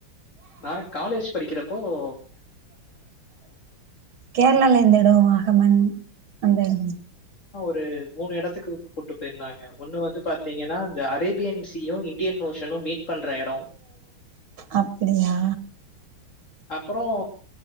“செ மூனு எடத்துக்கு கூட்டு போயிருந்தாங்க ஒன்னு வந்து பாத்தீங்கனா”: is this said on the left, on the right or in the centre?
Left